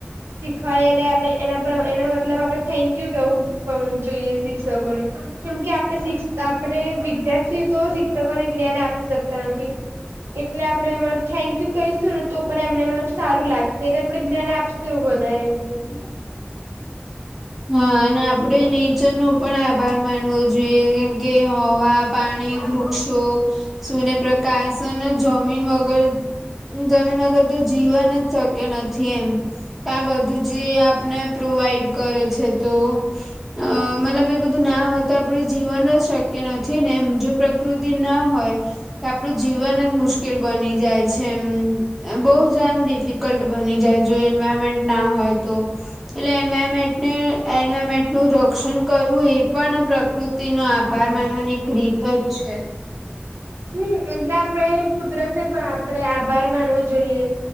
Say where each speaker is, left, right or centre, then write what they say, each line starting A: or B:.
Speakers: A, on the right (about 85°); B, in the centre.
A: શીખવાડે એટલે આપણે એના પર એના મતલબ આપણે થેંક્યૂ કેવું જોઈએ શિક્ષકોને. કેમ કે આપણે શિક્ આપણે વિદ્યાર્થીઓ તો શિક્ષકોને જ્ઞાન આપી શકતા નથી. એટલે આપણે મતલબ થેન્કયુ કહીશું ને તો પણ મતલબ સારું લાગશે કે આપડે જ્ઞાન આપ શું વધારે <unintelligible>
B: <inaudible> <unintelligible> હા અને આપડે નેચરનો પણ આભાર માનવો જોઈએ કેમ કે હવા, પાણી, વૃક્ષો, સૂર્યપ્રકાશ અને જમીન વગર જમીન વગર તો જીવન જ શક્ય નથી એમ. તો આ બધું જે આપને પ્રોવાઈડ કરે છે તો, અ મતલબ એ બધું ના હોય તો આપડે જીવન જ શક્ય નથી ને એમ જો પ્રકૃતિ ના હોય તો આપણું જીવન જ મુશ્કેલ બની જાય છે એમ. બહુ જ એમ ડિફિકલ્ટ બની જાય, જો એન્વાયરમેન્ટ ના હોય તો એટલે એન્વાયરમેન્ટ ને એન્વાયરમેન્ટનું રક્ષણ કરવું એ પણ પ્રકૃતિનો આભાર માનવાની ક્રીત જ છે.
A: હમ એટલે આપણે કુદરતને પણ આપણે આભાર માનવો જોઈએ.